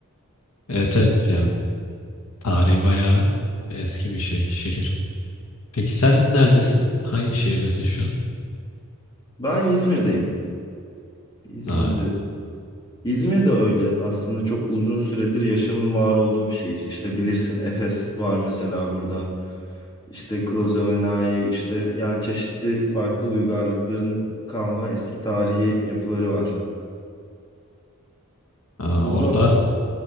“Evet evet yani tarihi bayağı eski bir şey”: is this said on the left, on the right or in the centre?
Left